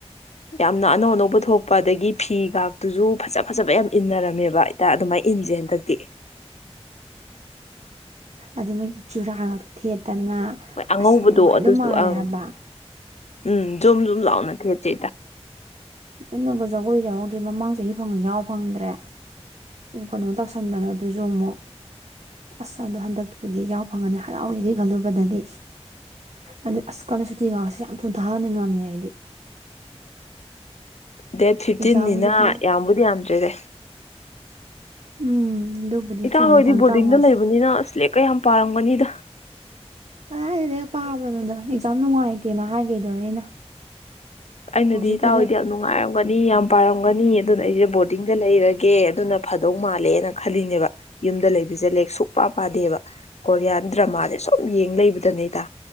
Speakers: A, on the left; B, on the right.
A: ꯌꯥꯝꯅ ꯑꯅꯧ ꯑꯅꯧꯕ ꯄꯨꯊꯣꯛꯄ ꯑꯗꯒꯤ ꯐꯤꯒꯥꯛꯇꯨꯁꯨ ꯐꯖ ꯐꯖꯕ ꯌꯥꯝ ꯏꯟꯅꯔꯝꯃꯦꯕ ꯍꯥꯏꯇꯥ ꯑꯗꯨꯃꯥꯏꯅ ꯏꯟꯁꯦ ꯍꯟꯗꯛꯇꯤ
B: ꯑꯗꯨ ꯃꯣꯏꯒꯤ ꯆꯨꯔꯥ ꯉꯥꯛꯇ ꯊꯦꯠꯄꯦ ꯅꯠꯇꯅ
A: ꯍꯣꯏ ꯑꯉꯧꯕꯗꯣ
B: ꯑꯁꯝ ꯅꯨꯡꯉꯥꯏꯗꯧ
A: ꯑꯗꯨꯁꯨ
B: ꯃꯥꯜꯂꯦ
A: ꯑꯪ
B: ꯍꯥꯏꯕ
A: ꯎꯝ ꯖꯝ ꯖꯝ ꯂꯥꯎꯅ ꯊꯦ ꯆꯦ ꯇ
B: ꯑꯩꯅꯣꯒ ꯖꯒꯣꯏ ꯌꯥꯎꯔꯧꯗ꯭ꯦ ꯃꯃꯥꯡ ꯆꯍꯤ ꯐꯪꯉ ꯌꯥꯎ ꯐꯪꯗ꯭ꯔꯦ ꯀꯩꯅꯣ ꯇꯧꯁꯟꯗꯅ ꯑꯗꯨꯁꯨ ꯑꯃꯨꯛ ꯑꯁ ꯑꯗꯨ ꯍꯟꯗꯛꯇꯄꯗꯤ ꯌꯥꯎ ꯐꯪꯉꯅꯤ ꯍꯔꯥꯎꯋꯦꯗꯤ ꯈꯜꯂꯨꯕꯗꯗꯤ ꯑꯗꯨꯗ ꯑꯁ ꯀꯜꯂ ꯁꯨꯇꯤꯒꯁꯤꯦ ꯌꯥꯝ ꯊꯨꯊꯥꯍꯟꯅꯤꯡ ꯉꯝꯃꯦ ꯑꯩꯗꯤ
A: ꯗꯦꯠ ꯐꯤꯐꯇꯤꯟꯅꯤꯅ
B: ꯑꯦꯛꯖꯥꯝꯒꯤꯗꯤ
A: ꯌꯥꯝꯕꯨꯗꯤ ꯌꯥꯝꯗ꯭ꯔꯦꯗꯦ
B: ꯎꯝ ꯑꯗꯨꯕꯨꯗꯤ
A: ꯏꯇꯥꯡ
B: ꯆꯨꯝꯃꯦ
A: ꯍꯣꯏꯗꯤ
B: ꯇꯥꯡ
A: ꯕꯣꯔꯗꯤꯡꯗ
B: ꯇꯔꯥꯃꯉꯥꯁꯦ
A: ꯂꯩꯕꯅꯤꯅ ꯁ꯭ꯂꯦꯦꯛꯀ ꯌꯥꯝ ꯄꯥꯔꯝꯕꯅꯤꯗ
B: ꯀꯗꯥꯏꯗ ꯍꯦꯛ ꯄꯥꯕꯅꯣꯗꯣ ꯑꯦꯛꯖꯥꯝ ꯅꯨꯡꯉꯥꯏꯇꯦꯅ ꯍꯥꯏꯒꯦꯗꯣ ꯑꯩꯅ
A: ꯑꯩꯅꯗꯤ
B: ꯍꯧꯖꯤꯛꯇꯗꯤ
A: ꯇꯥꯑꯣꯏꯗꯤ ꯌꯥꯝ ꯅꯨꯡꯉꯥꯏꯔꯝꯒꯅꯤ ꯃꯤ ꯌꯥꯝ ꯄꯥꯔꯝꯒꯅꯤ ꯑꯗꯨꯅ ꯑꯩꯁꯦ ꯕꯣꯔꯗꯤꯡꯗ ꯂꯩꯔꯒꯦ ꯑꯗꯨꯅ ꯐꯗꯧ ꯃꯥꯜꯂꯦꯅ ꯈꯜꯂꯤꯅꯦꯕ ꯌꯨꯝꯗ ꯂꯩꯕꯤꯁꯂꯦ ꯁꯨꯡꯛ ꯄ ꯄꯥꯗꯦꯕ ꯀꯣꯔꯤꯌꯥꯟ ꯗ꯭ꯔꯃꯥꯁꯦ ꯁꯨꯝ ꯌꯦꯡ ꯂꯩꯕꯗꯅꯦꯗ